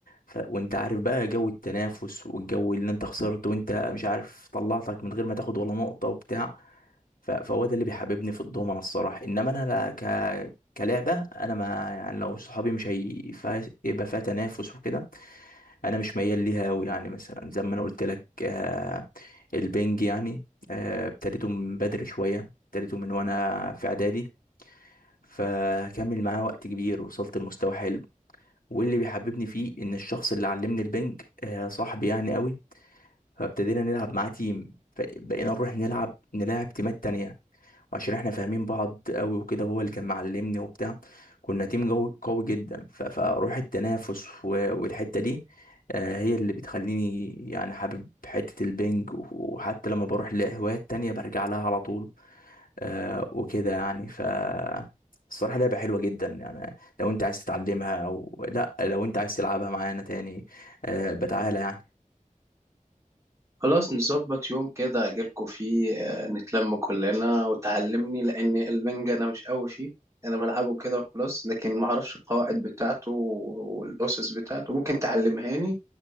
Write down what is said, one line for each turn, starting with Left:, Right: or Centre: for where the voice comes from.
Left: ف... وانت عارف بقى جو التنافس والجو اللي انت خسرت وانت مش عارف طلعتك من غير ما تاخد ولا نقطة وبتاع ف- فهو ده اللي بيحببني في الضومنة الصراحة انما انا لا ك كلعبة انا ما يعني لو صحابي مش هي- فيها- يبقى فيها تنافس وكده انا مش ميال ليها قوي يعني مثلا زي ما انا قلت لك آه، البنج يعني آه، ابتديته من بدري شوية ابتديته من وانا في اعدادي فكمل معاه وقت كبير وصلت لمستوى حلو واللي بيحببني فيه ان الشخص اللي علمني البنج آه، صاحبي يعني قوي فابتدينا نلعب معاه تيم فبقينا نروح نلعب نلاعب تيمات تانية عشان احنا فاهمين بعض قوي وكده هو اللي كان معلمني وبتاع كنا تيم قوي قوي جدا ف- فروح التنافس و- والحتة دي آه، هي اللي بتخليني يعني حابب حتة البنج وحتى لما بروح لهوايات تانية برجع لها على طول آه، وكده يعني ف الصراحة لعبة حلوة جدا يعني لو انت عايز تتعلمها او لا لو انت عايز تلعبها معانا تاني آه، بتعالى يعني
Right: خلاص نظبط يوم كده اجيلكوا فيه آه، نتلم كلنا وتعلمني لان البنج انا مش قوي فيه انا بلعبه كده وخلاص لكن ما اعرفش القواعد بتاعته والاسس بتاعته ممكن تعلمهاني